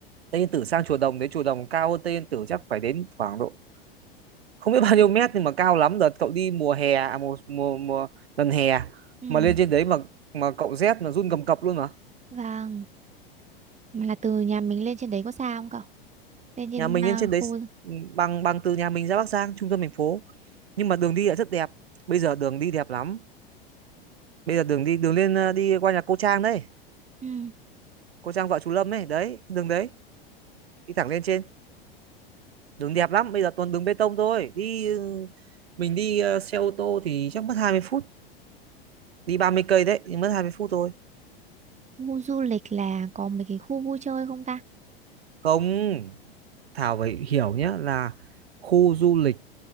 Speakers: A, on the right; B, on the right.
A: Tây Yên Tử sang chùa Đồng đấy chùa Đồng cao hơn Tây Yên Tử chắc phải đến khoảng độ không biết bao nhiêu mét nhưng mà cao lắm đợt cậu đi mùa hè à, mùa, mùa mùa gần hè
B: ừ
A: mà lên trên đấy mà mà cậu rét mà run cầm cập luôn mà
B: vâng mà là từ nhà mình lên trên đấy có xa không cậu lên trên
A: nhà mình
B: à,
A: lên trên
B: khu
A: đấy bằng bằng từ nhà mình ra Bắc Giang trung tâm thành phố nhưng mà đường đi lại rất đẹp bây giờ đường đi đẹp lắm bây giờ đường đi đường lên ờ, đi qua nhà cô Trang đấy
B: Ừ.
A: cô Trang vợ chú Lâm ấy đấy đường đấy đi thẳng lên trên đường đẹp lắm bây giờ toàn đường bê tông thôi đi ừ, mình đi ờ, xe ô tô thì chắc mất hai mươi phút đi 30 cây đấy nhưng mất 20 phút thôi
B: Khu du lịch là có mấy cái khu vui chơi không ta?
A: không Thảo phải hiểu nhé là khu du lịch